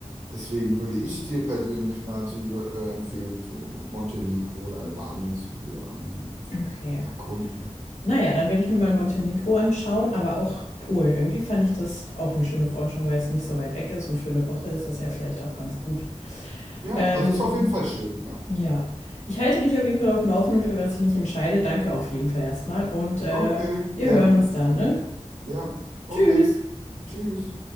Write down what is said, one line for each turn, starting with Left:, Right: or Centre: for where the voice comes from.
Right: Deswegen würde ich dir persönlich mal zu, äh, empfehlen, zu Montenegro oder Albanien zu ähm,
Left: okay.
Right: erkunden.
Left: Naja, dann werde ich mir mal Montenegro anschauen, aber auch Polen. Irgendwie fand ich das auch eine schöne Forschung, weil es nicht so weit weg ist und für eine Woche ist das ja vielleicht auch ganz gut.
Right: Ja,
Left: Ähm,
Right: also ist auf jeden Fall schön. Ja.
Left: ja. Ich halte dich auf jeden Fall auf dem Laufenden für was ich mich entscheide. Danke auf jeden Fall erstmal und äh,
Right: Okay,
Left: wir
Right: gerne,
Left: hören uns dann,
Right: gerne.
Left: ne?
Right: Ja, okay.
Left: Tschüss!
Right: Tschüss.